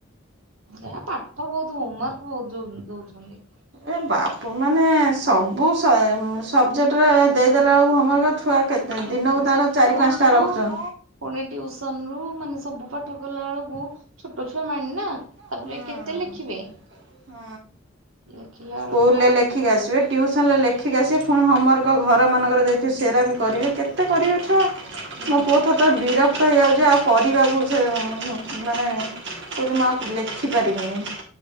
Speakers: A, on the right (about 85°); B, on the right (about 60°).
A: ଏ ଆ ପାଠ ବହୁତ ହୋମୱାର୍କ ବହୁତ ଦଉ ଦଉଛନ୍ତି।
B: ଏ ବାପୁ ମାନେ ସବୁ ସ ଏ ସବଜେକ୍ଟରେ ଦେଇଦେଲାବେଳକୁ ହୋମୱାର୍କ ଛୁଆ କେ ଦିନକୁ
A: ସ
B: ତାର
A: ସ୍କୁଲ
B: ଚାରି, ପାଞ୍ଚଟା
A: ରୁ
B: ରଖୁଛନ୍ତି।
A: ପୁଣି ଟିଉସନ ରୁ ମାନେ ସବୁ ପାଠ କଲା ବେଳକୁ ଛୋଟ ଛୁଆ ମାଇଁଣ୍ଡ ନା ତାପରେ
B: ହୁଁ ହୁଁ
A: କେତେ ଲେଖିବେ ଲେଖିଲା
B: ସ୍କୁଲରେ
A: ବେଳକୁ ଆଡେ
B: ଲେଖିକି ଆସିବେ। ଟ୍ୟୁସନରେ ଲେଖିକି ଆସିବେ ପୁଣି ହୋମୱାର୍କ ଘରମାନଙ୍କର ଦେଇଥିବେ ସେରା ବି କରିବେ କେତେ କରିବେ ଛୁଆ।
A: ହୁଁ
B: ମୋ ପୁଅ ଥତରେ ବୋ ବିରକ୍ତ ହେଇଯାଉଛି ଆଉ କରିବାକୁ ସେ ମାନେ କଉଚି ମୁ ଲେଖିପାରିବିନି